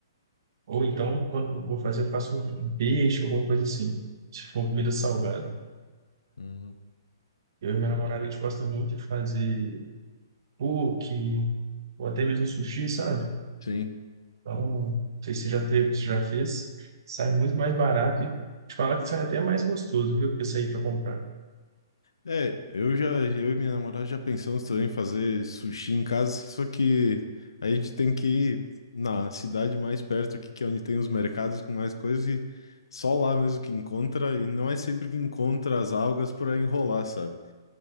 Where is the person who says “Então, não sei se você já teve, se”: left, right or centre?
Right